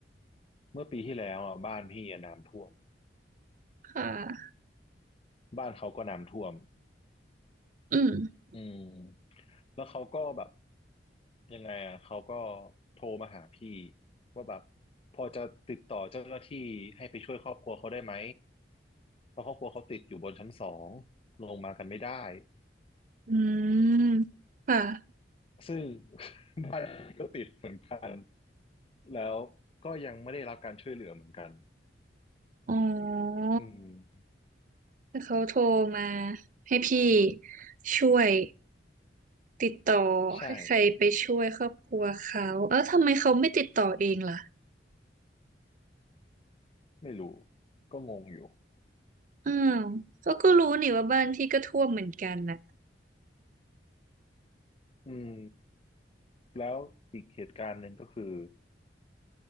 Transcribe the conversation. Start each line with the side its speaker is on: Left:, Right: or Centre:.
Left: เมื่อปีที่แล้วอ่ะบ้านพี่อะน้ำท่วม
Right: ค่ะ
Left: บ้านเขาก็น้ำท่วม
Right: อืม
Left: อืมแล้วเขาก็แบบยังไงอ่ะเขาก็โทรมาหาพี่ว่าแบบพอจะติดต่อเจ้าหน้าที่ให้ไปช่วยครอบครัวเขาได้ไหมเพราะครอบครัวเขาติดอยู่บนชั้นสองลงมากันไม่ได้
Right: อืมค่ะ
Left: ซึ่ง <laughs> บ้านก็ติดเหมือนกันแล้วก็ยังไม่ได้รับการช่วยเหลือเหมือนกัน
Right: อ๋อ
Left: อืม
Right: เขาโทรมาให้พี่ช่วยติดต่อให้ใครไปช่วยครอบครัวเขาเอ้าทำไมเขาไม่ติดต่อเองล่ะ
Left: ใช่ไม่รู้ก็งงอยู่
Right: อ้าวเขาก็รู้นี่ว่าบ้านพี่ก็ท่วมเหมือนกันน่ะ
Left: อืมแล้วอีกเหตุการณ์หนึ่งก็คือ